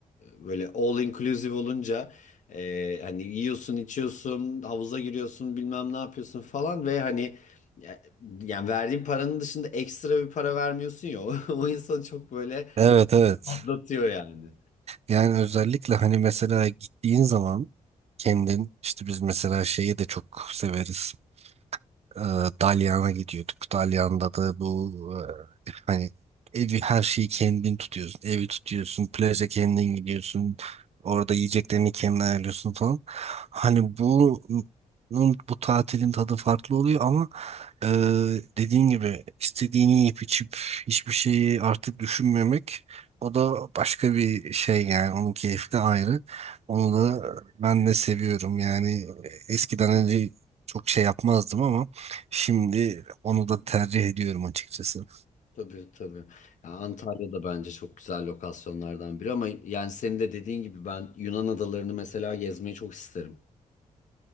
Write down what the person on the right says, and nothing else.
Evet evet.
Yani özellikle hani mesela gittiğin zaman kendin işte biz mesela şeyi de çok severiz. e, Dalyan'a gidiyorduk. Dalyan'da da bu e, hani evi her şeyi kendin tutuyorsun. Evi tutuyorsun, plaja kendin gidiyorsun. Orada yiyeceklerini kendin ayarlıyorsun falan. Hani bu bu tatilin tadı farklı oluyor ama ee, dediğin gibi istediğini yiyip içip hiçbir şeyi artık düşünmemek o da başka bir şey yani onun keyfi de ayrı. Onu da ben de seviyorum yani eskiden önce çok şey yapmazdım ama şimdi onu da tercih ediyorum açıkçası.